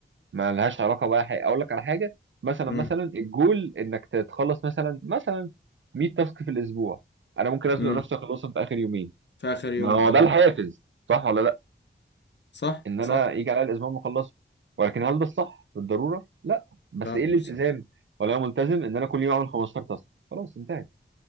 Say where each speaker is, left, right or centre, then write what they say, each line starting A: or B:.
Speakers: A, on the right (about 70°); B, on the left (about 60°).
A: ما لهاش علاقه بقى حاجه اقول لك على حاجه مثلا
B: مم.
A: مثلا الجول انك تتخلص مثلا مثلا 100 تاسك في الاسبوع انا ممكن ازنق
B: مم.
A: نفسي اخلصهم في اخر يومين
B: في اخر يوم
A: ما هو
B: اه
A: ده الحافز صح ولا لا
B: صح
A: ان انا
B: صح
A: يجي عليا الاسبوع ما اخلصه ولكن هل ده الصح بالضروره لا بس
B: لا
A: ايه الالتزام
B: مش صح
A: ولا انا ملتزم ان انا كل يوم اعمل 15 تاسك خلاص انتهى